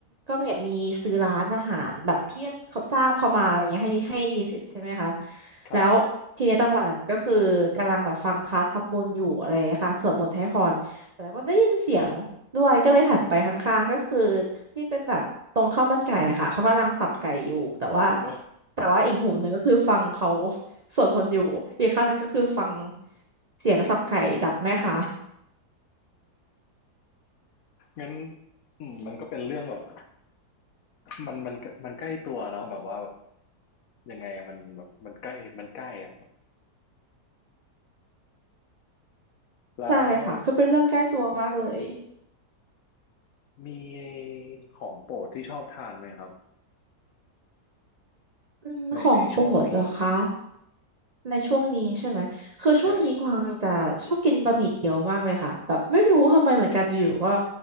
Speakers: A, on the right; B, on the left.
A: ก็แบบมีซื้อร้านอาหารแบบที่เขาจ้างเขามาอะไรเงี้ยให้นิให้นิสิตใช่ไหมคะ
B: ครับ
A: แล้วทีนี้จังหวะนั้นก็คือกำลังแบบฟังพระทำบุญอยู่อะไรนะคะสวดมนต์ให้พร แต่ก็ได้ยินเสียงด้วยก็เลยหันไปข้างๆก็คือที่เป็นแบบตรงข้าวมันไก่อะค่ะเขากำลังสับไก่อยู่แต่ว่า
B: ว่า
A: แต่ว่าอีกหูหนึ่งก็คือฟังเขาสวดมนต์อยู่อีกข้างหนึ่งก็คือฟังเสียงสับไก่จากแม่ค้า
B: งั้นอืมมันก็เป็นเรื่องแบบ มันมันมันใกล้ตัวเนาะแบบว่าแบบยังไงมันแบบมันใกล้มันใกล้อะแล้ว
A: ใช่ค่ะคือเป็นเรื่องใกล้ตัวมากเลย
B: มีของโปรดที่ชอบทานไหมครับ
A: อืมของโปรดเหรอคะ
B: ในในช่วงนี้
A: ในช่วงนี้ใช่ไหม คือช่วงนี้กวางจะชอบกินบะหมี่เกี๊ยวมากเลยค่ะแบบไม่รู้ทำไมเหมือนกันอยู่ๆก็
B: ใช่